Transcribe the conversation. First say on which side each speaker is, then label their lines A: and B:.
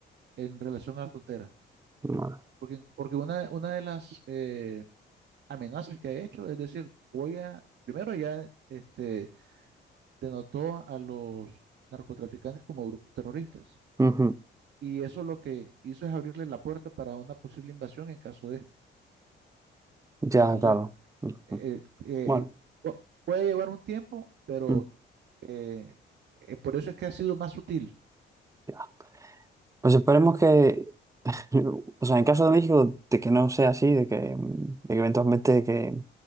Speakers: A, on the right; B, on the right.
A: en relación a la frontera.
B: Vale.
A: Porque, porque una, una de las eh, amenazas que ha hecho es decir, voy a, primero ya este, denotó a los narcotraficantes como grupos terroristas.
B: Ujú.
A: Y eso lo que hizo es abrirle la puerta para una posible invasión en caso de...
B: Ya,
A: Ya, entonces
B: claro. Ujú.
A: eh, eh,
B: Bueno,
A: eh, pu- puede llevar un tiempo, pero
B: mm,
A: eh, eh, por eso es que ha sido más sutil,
B: ya. Pues esperemos que, <laughs> o sea, en caso de México, de que no sea así, de que, mm, de que eventualmente que,